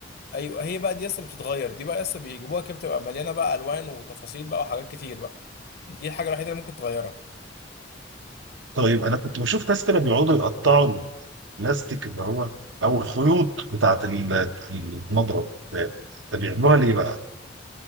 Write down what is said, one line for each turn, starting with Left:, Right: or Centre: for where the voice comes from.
Left: ايوه هي بقى دي يس اللي بتتغير دي بقى يس بيجيبوها كده بتبقى مليانة بقى الوان وتفاصيل بقى وحاجات كتير بقى دي الحاجة الوحيدة اللي ممكن تغيرها
Right: طيب أنا كنت بشوف ناس كده بيقعدوا يقطعوا بلاستيك اللي هو او الخيوط بتاعت ال- المضرب ده بيعملوها ليه بقى؟